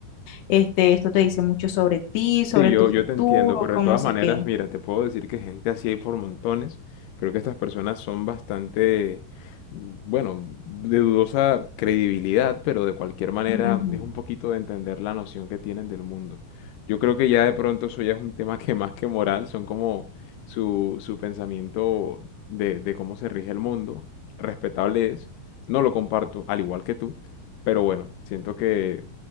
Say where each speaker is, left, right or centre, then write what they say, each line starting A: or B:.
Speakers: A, on the left; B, on the left.
A: este, esto te dice mucho sobre ti,
B: Sí,
A: sobre
B: yo,
A: tu futuro,
B: yo te entiendo, pero
A: cómo
B: de todas
A: sé
B: maneras,
A: qué.
B: mira, te puedo decir que gente así hay por montones. Creo que estas personas son bastante, bueno, de dudosa credibilidad, pero de cualquier manera
A: Ujú.
B: es un poquito de entender la noción que tienen del mundo. Yo creo que ya de pronto eso ya es un tema que más que moral, son como su, su pensamiento de, de cómo se rige el mundo. Respetable es, no lo comparto, al igual que tú, pero bueno, siento que...